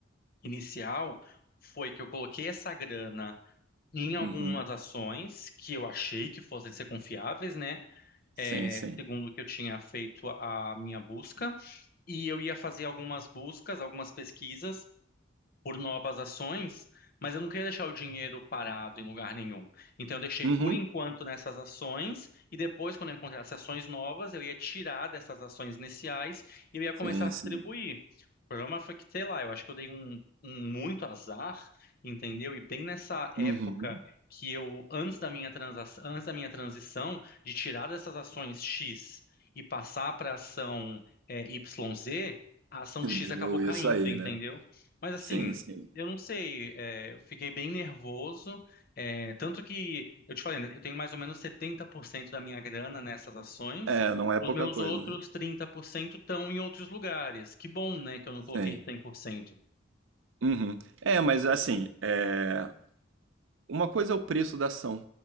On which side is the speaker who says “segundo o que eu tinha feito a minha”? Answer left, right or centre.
Left